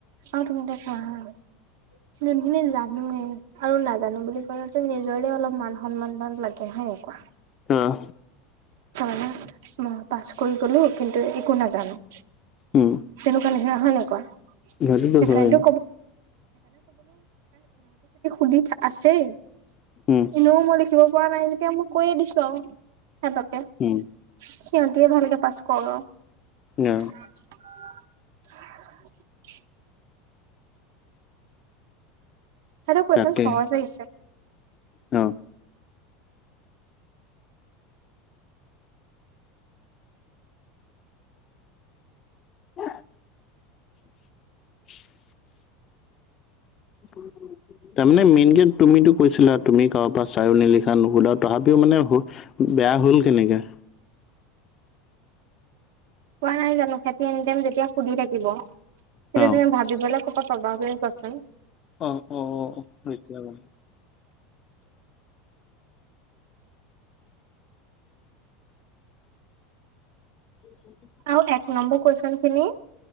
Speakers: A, on the right; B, on the left.
A: আৰু, তুমি এতিয়া চোৱা! হা যোনখিনি জানোয়ে আৰু নাজানো বুলি হলেওঁটো নিজৰে অলপ মান সন্মানদাল লাগে! হয় নে কোৱা?
B: আহ,
A: <inaudible> মই পাছ কৰি গলোঁ! কিন্তু একো নাজানো!
B: উম,
A: তেনেকুৱা নেহে হয় নে কোৱা?
B: সেইটোতো
A: সেইকাৰণেটো
B: হয়।
A: কব <unintelligible>
B: উম!
A: এনেও মই লিখিব পৰা নাই যেতিয়া মই কৈয়ে দিছোঁ আৰু সিহঁতকে।
B: উম!
A: সিহঁতিয়ে ভালকে পাছ কৰক আৰু।
B: ঞ!
A: <inaudible> সিহঁতৰ কুৱেশ্বন
B: তাকে
A: সহজ আহিছে!
B: অ! <unintelligible> <inaudible> <inaudible> <unintelligible> তাৰমানে মেইনকে তুমিতো কৈছিলা! তুমি কাৰো পৰা চাইয়ো নিলিখা নুশুধা তথাপিও মানে বেয়া হ'ল কেনেকে?
A: কোৱা নাই জানো সেতি এনিটাইম যেতিয়া সুধি থাকিব! তেতিয়া
B: অ,
A: তুমি ভাবিবলে কৰপা পাবা তুমি কোৱাচোন?
B: অ অ অ হৈছে আৰু। উ <unintelligible>
A: আৰু এক নম্বৰ কুৱেশ্চন খিনি।